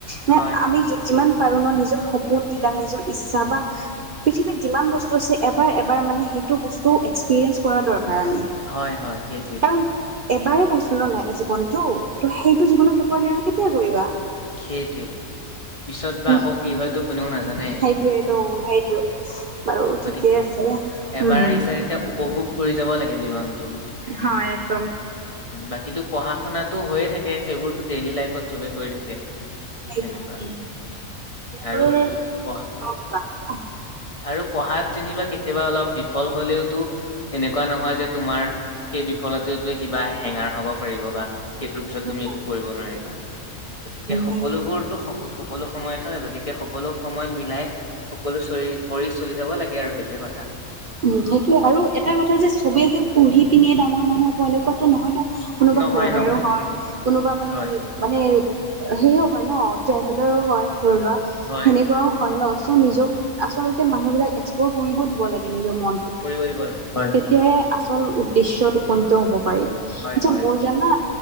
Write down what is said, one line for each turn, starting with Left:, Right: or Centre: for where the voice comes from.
Right: নে
Left: হয়
Right: আমি যিমান পাৰো ন নিজৰ সপোন বিলাক নিজৰ ইচ্ছা বা পৃথিৱীত যিমান বস্তু আছে এবাৰ মানে সেইটো বস্তু এক্সপিৰিয়েঞ্চ কৰা দৰকাৰ আমি
Left: হয় হয় সেইটোৱে
Right: কাৰণ - এবাৰে পাইছো ন জীৱনতটো ত সেইটো জীৱনত নকৰিলে আৰু কেতিয়া কৰিবা।
Left: সেইটোৱে পিছত বা
Right: উ
Left: আকৌ কি হয়তো কোনেও নাজানে
Right: সেইটোৱেটো
Left: সেইটো
Right: সেইটো। বাৰু
Left: গতিকে
Right: ঠিকেই আছে
Left: এবাৰ
Right: উম হম।
Left: আহিছে এতিয়া উপভোগ কৰি যাব লাগে জীৱনতটো
Right: হয় একদম
Left: বাকীতো পঢ়া শুনাটো হৈ থাকে সেইবোৰতো ডেইলী লাইফত চবে কৰি থাকে
Right: সেটো
Left: তেনেকুৱা
Right: মোৰ অ
Left: আৰু
Right: কোৱা
Left: পঢ়া
Right: কোৱা
Left: আৰু পঢ়াত যেনিবা কেতিয়াবা অলপ বিফল হ'লেওতো এনেকুৱা নহয় যে তোমাৰ সেই বিফলটোৱে কিবা হেঙাৰ হব পাৰিব বা সেইটোৰ পিছত
Right: উম
Left: তুমি একো কৰিব নোৱাৰিবা গতিকে
Right: উম
Left: সকলোবোৰতো
Right: উম,
Left: সকলো সময়ত হয় গতিকে সকলো সময়ত মিলাই সকলো চকৰি চলি যাব লাগে আৰু সেইটোৱে কথা
Right: উম সেইটোয়ে আৰু এটা কথা যে চবে যে পঢ়ি পিনে ডাঙৰ মানুহ হ'ব এনেকুৱাতো নহয় ন কোনোবা
Left: নহয়
Right: ভ্লগাৰো
Left: নহয়
Right: হয় কোনোবা মানে
Left: হয়
Right: মানে সেও হয় ন ট্ৰেভেলাৰো হয় ধৰি লোৱা
Left: হয়
Right: সেনেকোৱাও হয় ন চ নিজক আচলতে মানুহ বিলাক এক্সপ্লৰ কৰিব দিব লাগে। নিজৰ মনটো
Left: কৰিব দিব লাগে। হয়
Right: তেতিয়াহে আচল উদ্দেশ্যত উপনীত হ'ব পাৰি
Left: হয়
Right: আচ্ছা
Left: হয়
Right: মোৰ জানা